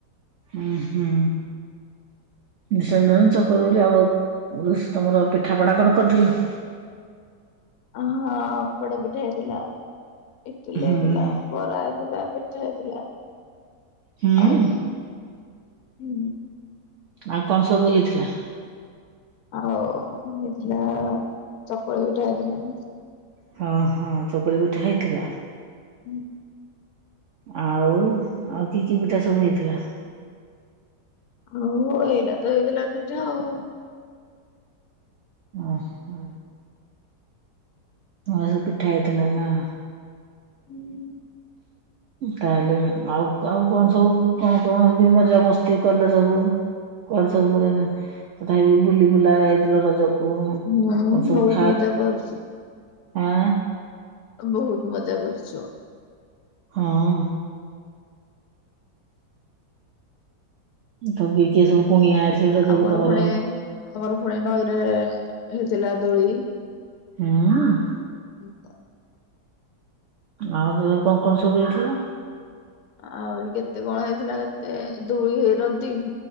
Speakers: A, on the right; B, on the left.
A: ହୁଁ ହୁଁ। ନିଶ୍ଚୟନ୍ତ ଚକ ଦୋଳି ଆଉ ତମର ପିଠାପଣା କଣ କରିଥିଲ?
B: ଅ ହଁ ପୋଡ଼ ପିଠା ହେଇଥିଲା। ଇଟଲି
A: ହୁଁ
B: ହେଇଥିଲା, ବରା ହେଇଥିଲା, ପିଠା ହେଇଥିଲା।
A: ହୁଁ
B: ଆଉ ହୁଁ
A: ଆଉ କଣ ସବୁ ହେଇଥିଲା?
B: ଆଉ ହେଇଥିଲା ଚକୁଳି ପିଠା ହେଇଥିଲା।
A: ହଁ ହଁ ଚକୁଲି ପିଠା ହେଇଥିଲା?
B: ହୁଁ
A: ଆଉ ଆଉ କି କି ପିଠା ସବୁ ହେଇଥିଲା?
B: ଆଉ ଏଇରା ତ ହେଇଥିଲା ପିଠା ଆଉ।
A: ଓ ହ ଭଲ ପିଠା ହେଇଥିଲା ନା।
B: ହୁଁ।
A: ତାହେଲେ ଆଉ ଆଉ କଣ ସବୁ କଣ କଣ ମଜା ମସ୍ତି କଲ ସବୁ? କୁଆଡ ସବୁ ତଥାପି ବୁଲି ବୁଲା ଯାଇଥିଲ ରଜକୁ?
B: ମୁଁ ଆଉ
A: କଣ ସବୁ
B: ବହୁତ
A: ଖାଇ
B: ମଜା କରିଛୁ।
A: ଆଁ
B: ବହୁତ ମଜା କରୁଛୁ।
A: ହଁ। ତ କିଏ କିଏ ସବୁ କୁଣିଆ ଆଇଥିଲେ ରଜକୁ
B: ଆମର
A: ତମର?
B: ପୁଣି ଆମର ପୁଣି ନଈରେ ହେଇଥିଲା ଦୋଳି।
A: ହୁଁ।
B: <unintelligible>
A: ଆଉ ତାହେଲେ କଣ କଣ ସବୁ ହେଇଥିଲା?
B: ଆହୁରି କେତେ କଣ ହେଇଥିଲା କେତେ ଦୂଳି ହେଇର ଦ